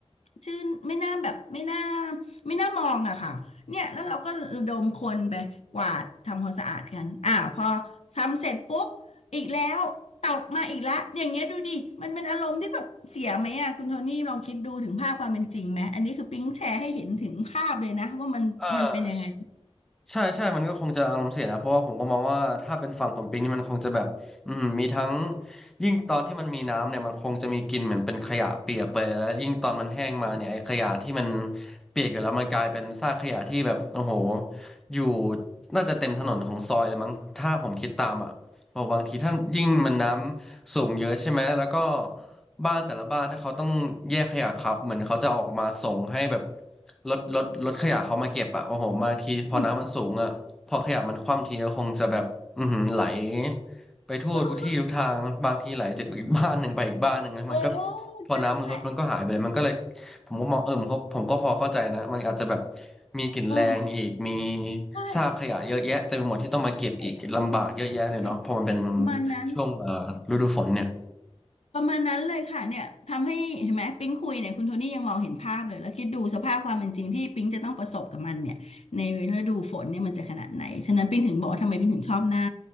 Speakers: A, on the left; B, in the centre.
A: ชื่นไม่น่าแบบไม่น่าไม่น่ามองอะค่ะเนี่ยแล้วเราก็ระดมคนไปกวาดทำความสะอาดกันอ้าวพอทำเสร็จปุ๊บอีกแล้วตกมาอีกแล้วอย่างเงี้ยดูดิมันเป็นอารมณ์ที่แบบเสียไหมอะคุณโทนี่ลองคิดดูถึงภาพความเป็นจริงไหมอันนี้คือปิ๊งแชร์ให้เห็นถึงภาพเลยนะว่ามันมันเป็นยังไง
B: เออ ใช่ใช่ มันก็คงจะอารมณ์เสียนะ เพราะว่าผมก็มองว่าถ้าเป็นฝั่งผลปิงนี่มันคงจะแบบอืมมีทั้งยิ่งตอนที่มันมีน้ำเนี่ยมันคงจะมีกลิ่นเหมือนเป็นขยะเปียกไปแล้วยิ่งตอนมันแห้งมาเนี่ยไอ้ขยะที่มันเปียกอยู่แล้วมันกลายเป็นซากขยะที่แบบโอ้โหอยู่น่าจะเต็มถนนของซอยเลยมั้งถ้าผมคิดตามอ่ะเพราะบางทีท่านยิ่งมันน้ำสูงเยอะใช่ไหมแล้วก็
A: อืม
B: บ้านแต่ละบ้านถ้าเขาต้องแยกขยะครับเหมือนเขาจะเอาออกมาส่งให้แบบ รถรถรถขยะเขามาเก็บอ่ะโอ้โหบางทีพอน้ำมันสูงอ่ะพอขยะมันคว่ำทีก็คงจะแบบอือหือไหล
A: อืม
B: ไปทั่วทุกที่ทุกทางบางทีไหลจากอีกบ้านหนึ่งไปอีกบ้านหนึ่งนะมันก็
A: <laughs> โอ้
B: พอน้ำมันลดมันก็หายไปเลยมันก็เลย
A: นั่นแหละ
B: ผมก็มองเออผมก็ผมก็พอเข้าใจนะมันอาจจะแบบมีกลิ่นแรงอีกมี
A: เออใช่
B: ซากขยะเยอะแยะเต็มไปหมดที่ต้องมาเก็บอีกลำบากเยอะแยะเลยเนาะพอมันเป็น
A: ใช่ใช่ประมาณนั้น
B: ช่วงเอ่อฤดูฝนเนี่ย
A: ประมาณนั้นเลยค่ะเนี่ยทำให้เห็นไหมปิ๊งคุยเนี่ยคุณโทนี่ยังมองเห็นภาพเลยแล้วคิดดูสภาพความเป็นจริงที่ปิ๊งจะต้องประสบกับมันเนี่ยในฤดูฝนเนี่ยมันจะขนาดไหนฉะนั้นปิ๊งถึงบอกว่าทำไมปิ๊งถึงชอบหน้า